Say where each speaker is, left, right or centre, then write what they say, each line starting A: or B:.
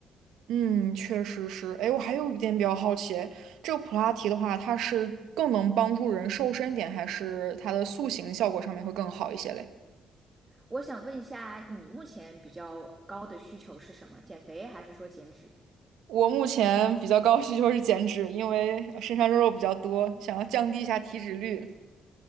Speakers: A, on the right; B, on the right.
A: 嗯，确实是。哎，我还有一点比较好奇，这个普拉提的话，它是更能帮助人瘦身一点，还是它的塑形效果上面会更好一些嘞？
B: 我想问一下，你目前比较高的需求是什么？减肥还是说减脂？
A: 我目前比较高的需求是减脂，因为身上肉肉比较多，想要降低一下体脂率。